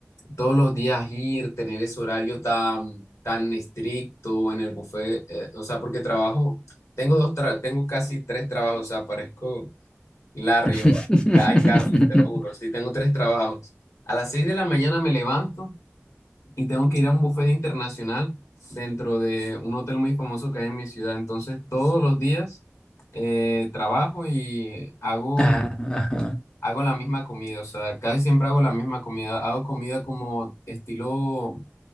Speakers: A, on the left (about 85°); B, on the left (about 20°).
A: todos los días ir, tener ese horario tan, tan estricto en el buffet, eh, o sea, porque trabajo, tengo dos tra- tengo casi tres trabajos, o sea, parezco Larry
B: <laughs>
A: o Guy Carly, te lo juro, sí, tengo tres trabajos. A las seis de la mañana me levanto y tengo que ir a un buffet internacional dentro de un hotel muy famoso que hay en mi ciudad, entonces todos los días eh, trabajo y hago...
B: Ah, ajá.
A: Hago la misma comida, o sea, casi siempre hago la misma comida. Hago comida como estilo